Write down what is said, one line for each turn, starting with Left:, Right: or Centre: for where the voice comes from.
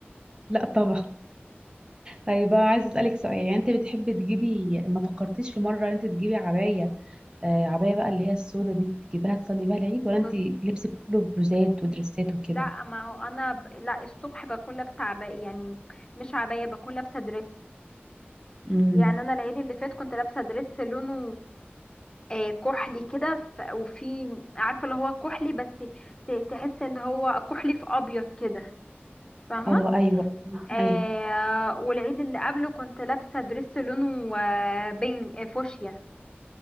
Right: لا طبعا طيب بقى عايزه اسالك سؤال يعني انت بتحبي تجيبي ما فكرتيش في مره ان انت تجيبي عبايه آه عبايه بقى اللي هي السودا دي تجيبيها تصلي بيها العيد ولا انت
Left: بصي
Right: لبسك كله بلوزات ودريسات وكده
Left: لا ما هو انا ب... لا الصبح بكون لابسه عباية يعني مش عباية بكون لابسه دريس
Right: امم
Left: يعني انا العيد اللي فات كنت لابسه دريس لونه آه، كحلي كده ف... وفي عارفه اللي هو كحلي بس ت... تحس ان هو كحلي في ابيض كده فاهمه
Right: اه ايوه
Left: آه
Right: ايوه
Left: والعيد اللي قبله كنت لابسه دريس لونه آه، بين آه، فوشيا